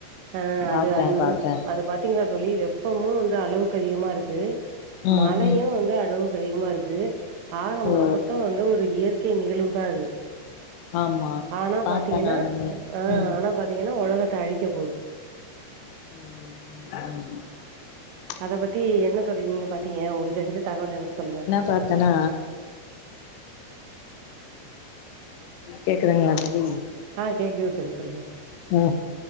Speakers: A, on the right; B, on the left.
A: அ
B: பாத்தே
A: அது அது வந்து
B: பாத்தே
A: அது பாத் தீங்களா தோழி வெப்பமு வந்து அளவுக்கு அதிகமா இருக்கு
B: ம்
A: மழயு
B: ம்
A: வந்து அளவுக்கு அதிகமா இருக்கு ஆக
B: ஓ
A: மொக்கத்து வந்து ஒரு இயற்கை நிகழ்வுதா அது
B: ஆமா
A: ஆனா
B: பாத்தே
A: பாத்தீங்கனா
B: நானுமே
A: ஆ
B: ம்
A: ஆனா பாத்தீங்கனா ஒலகத்த அழிக்க போது
B: உம்
A: அத பத்தி என்ன தோழி நீங்க பாத்தீங்க உங்களுக்கு தெரிஞ்ச தகவல் எனக்கு சொல்லுங்க
B: பாத்தனா கேக்குதுங்களா தோழி
A: ஆ கேக்குது தோழி சொல்லுங்க தோழி
B: ஓ